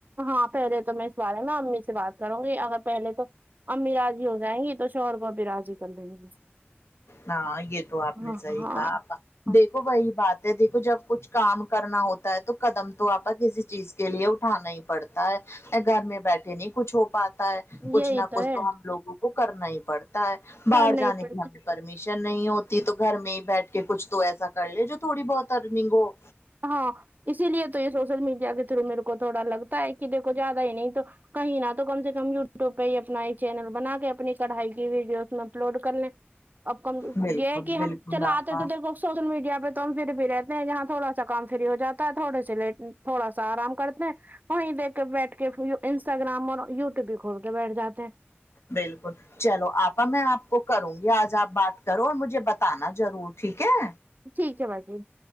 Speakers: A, on the right; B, on the left.
A: ہاں پہلے تو میں اس بار نا امی سے بات کروں گی اگر پہلے تو امی راضی ہو جائیں گی تو شوہر کو ابھی راضی کر دیں گے
B: ہاں یہ تو آپ نے
A: ہاں
B: صحی
A: ہاں
B: کہا آپا
A: ہاں
B: دیکھو وہی بات ہے دیکھو جب کچھ کام کرنا ہوتا ہے تو قدم تو آپکا کسی چیز کے لیے اٹھانا ہی پڑتا ہے گھر میں بیٹھے نہیں کچھ ہو پاتا ہے کچھ
A: یہی
B: نہ کچھ
A: ہے
B: تو ہم لوگوں کو کرنا ہی پڑتا ہے باہر
A: کر نہیں پڑ
B: <unintelligible> پرمیشن نہیں ہوتی تو گھر میں ہی بیٹھ کے کچھ تو ایسا کر لے جو تھوڑی بہت ارننگ ہو
A: ہاں اسی لیے تو یہ سوشل میڈیا کے تھرو میرے کو تھوڑا لگتا ہے کہ دیکھو زیادہ ہی نہیں تو کہیں نہ تو کم سے کم یوٹیوب پہ ہی اپنا چینل بنا کے اپنی کڑھائی کی ویڈیو اس میں اپلوڈ کر لیں اب کم
B: بالکل
A: یہ ہے کہ
B: بالکل
A: ہم چل آتے
B: آپا
A: تو دیکھو سوشل میڈیا پہ تو ہم پھر بھی رہتے ہیں یہاں تھوڑا سا کام فری ہو جاتا ہے تھوڑے سے لیٹ تھوڑا سا آرام کرتے ہیں وہیں دیکھ کے بیٹھ کے انسٹاگرام اور یوٹیوب بھی کھول کے بیٹھ جاتے ہیں
B: بالکل چلو آپا میں آپ کو کروں گی آج آپ بات کرو اور مجھے بتانا ضرور ٹھیک ہے
A: ٹھیک ہے باجی